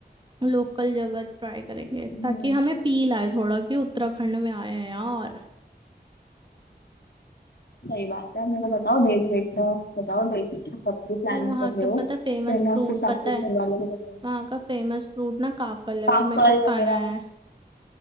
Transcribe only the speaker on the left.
हम्म,
सही बात है मेरे को बताओ डेट वेट का बताओ डेट कब की प्लानिंग
कर रहे
हो
फिर मैं
उस हिसाब
से
घर वालों को बताऊँ
पापड़
वगैरह